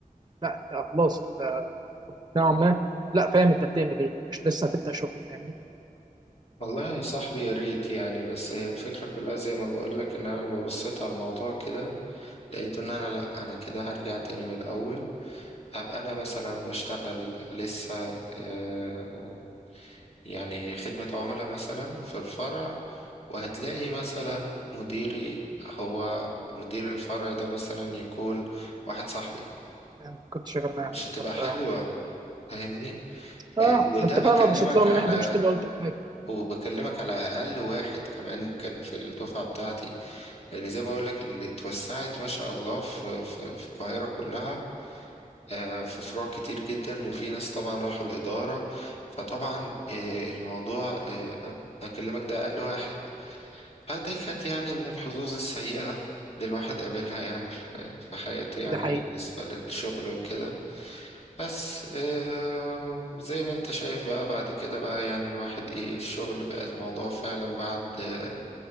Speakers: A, on the right (about 30°); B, on the left (about 45°).
A: لا انت خلاص انت نوعا ما لا فاهم انت بتعمل ايه مش لسه هتبدا شغل فاهمني
B: والله يا صاحبي يا ريت يعني بس هي الفكرة كلها زي ما بقولك ان انا لما بصيت على الموضوع كده لقيت ان انا لا انا كده هرجع تاني من الاول هبقى انا مثلا بشتغل لسه آه، يعني خدمة عملاء مثلا في الفرع وهتلاقي مثلا مديري هو مدير الفرع ده مثلا يكون واحد صاحبي
A: يعني كنت شغال معاه
B: مش
A: بالظبط
B: هتبقى حلوة
A: اه
B: فاهمني
A: اه
B: آه، وده
A: انت
B: بكلمك
A: فعلا لو بصيت لها من
B: على
A: ناحيه دي مش تبقى الطف حاجه
B: وبكلمك على اقل واحد كمان كان في الدفعه بتاعتي لان زي ما بقول لك اللي اتوسعت ما شاء الله في في في القاهره كلها آه، في فروع كتير جدا وفي ناس طبعا راحوا الاداره فطبعا آه، الموضوع آه، بكلمك ده اقل واحد فدي كانت يعني من الحظوظ السيئه اللي الواحد قابلها يعني في في حياته يعني
A: ده حقيقي
B: بالنسبه للشغل وكده بس آه، زي ما انت شايف بقى بعد كده بقى يعني الواحد ايه الشغل بقى الموضوع فعلا بعد آه،